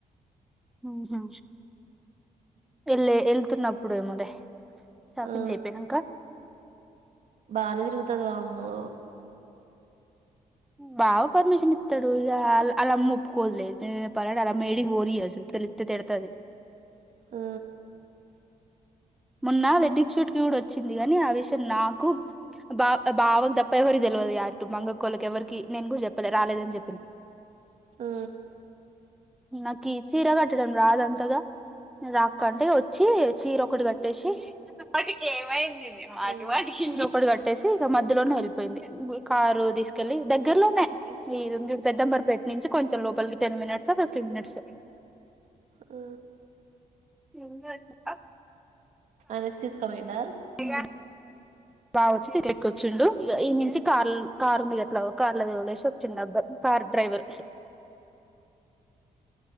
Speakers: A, in the centre; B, on the right.
A: మ్ హు వెళ్ళే వెళ్తున్నప్పుడేమోలే షాపింగ్
B: ఆ
A: అయిపోయినంక
B: బానే తిరుగుతది వామ్మో
A: బావ పర్మిషన్ ఇత్తాడు ఇగ ఆల్ అల్లమ్మా ఒప్పుకోదులే పరరోటాలమ్ము యేడికి బోనీదసలు తెలిస్తే తిడతది.
B: ఆ
A: మొన్న వెడ్డింగ్ షూట్కి కూడా వచ్చింది గానీ ఆ విషయం నాకు బా బావకు తప్ప ఎవరికి తెలవదు అటు మంగక్కోల్లకి ఎవ్వరికి నేను కూడా చెప్పలే రాలేదని చెప్పిన
B: ఆ
A: నాకి చీర కట్టు కోవడం రాదంతగా రాక్క అంటే వచ్చి చీర ఒకటి కట్ ట్టేసి చీర
B: ఆ
A: ఒకటి ట్టేసి ఇక మధ్యలోనే వెల్పోయింది. కారు తీసుకెళ్ళలి దగ్గరలోనే ఇదుంది చూడు పెద్దంబర్ పెట్ నుంచి కొంచెం లోపలికి టెన్ మినిట్సో ఫిఫ్టీన్ మినిట్సో
B: ఆ
A: <unintelligible>
B: ఆయనోచ్చి తీస్క పోయిండ
A: ఇగ బావొచచ్చి ఎక్కొచ్చుండు ఈడ్నుంచి కార్ కార్ ఉంది అట్లా కార్లో తోలే చ్చిందబ్బా కార్ డ్రైవర్ ఎ